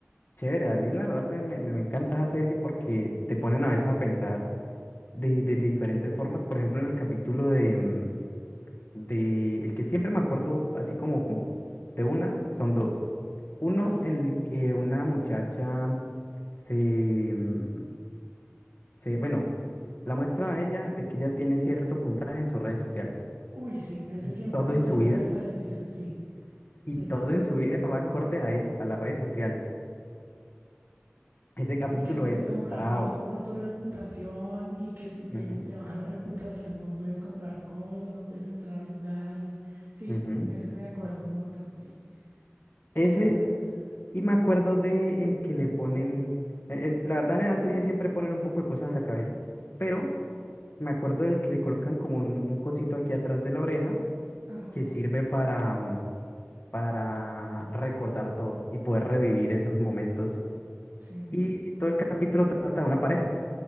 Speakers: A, on the left; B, on the right.
A: chéveres. A mí, la verdad, me, me- me encanta esa serie porque te ponen a veces a pensar de, de- de diferentes formas. Por ejemplo, en el capítulo de, mm, de... El que siempre me acuerdo, así como, como de una, son dos. Uno
B: ¿Cuál es?
A: en el que una muchacha se, mm, se, bueno, la muestran a ella de que ella tiene cierto puntaje en sus redes sociales.
B: Uy, sí, ese
A: Y
B: siempre
A: todo
B: lo
A: en
B: tengo
A: su vida
B: de referencia. Sí, sí.
A: Y todo en su vida va acorde a eso, a las redes sociales. Ese capítulo
B: Y que puedes
A: es
B: comprar
A: bravo.
B: cosas por tu reputación y que si tiene,
A: Ujú,
B: te baja la reputación no puedes comprar cosas, no puedes entrar a lugares. Sí,
A: ujú.
B: ese me acuerdo un montón, sí.
A: Ese,
B: ¿Y cuál otra?
A: y me acuerdo de el que le ponen, eh, eh, la verdad en la serie siempre ponen un poco de cosas en la cabeza, pero me acuerdo del que le colocan como un, un cosito aquí atrás de la oreja
B: Ajá,
A: que sirve para, mm, para recordar todo y poder revivir esos momentos.
B: sí,
A: Y todo el capítulo trata de una pareja.